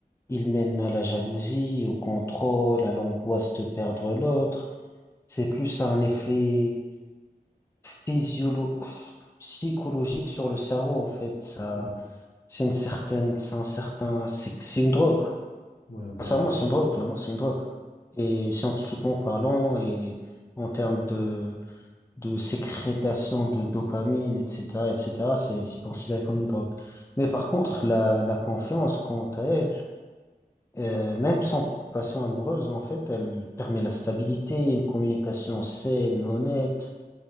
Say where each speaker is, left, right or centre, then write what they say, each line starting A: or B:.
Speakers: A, on the left; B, on the left.
A: il mène à la jalousie, au contrôle, à l'angoisse de perdre l'autre. C'est plus un effet physiolo psychologique sur le cerveau, en fait. Ça,
B: Ouais,
A: c'est une certaine, c'est un certain, c'est c'est une drogue.
B: ouais, voilà.
A: Sincèrement, c'est une drogue. L'amour, c'est une drogue. Et scientifiquement parlant, et en termes de de sécrétation de dopamine, etc., etc., c'est, c'est considéré comme une drogue. Mais par contre, la, la confiance, quant à elle, euh, même sans passion amoureuse, en fait, elle permet la stabilité, une communication saine, honnête,